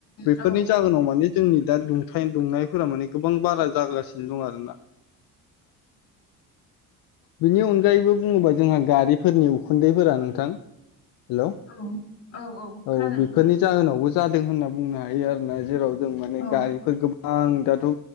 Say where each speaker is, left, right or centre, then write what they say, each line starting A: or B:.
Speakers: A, on the left; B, on the left.
A: बेफोरनि
B: औ
A: जाहोनाव माने जोंनि दा दुंथाय दुंनायफोरा माने गोबां बारा जागासि दि दं आरोना बिनि अनगायैबो बुङोबा जोंहा गारिफोरनि उखुन्दैफोरा नोंथां हेलौ,
B: औ औ
A: औ
B: खोनादों
A: बेफोरनि
B: नोंथां
A: जाहोनावबो जादों होनना बुंनो हायो आरोना जेराव जों माने
B: औ
A: गारिफोर गोबां दाथ'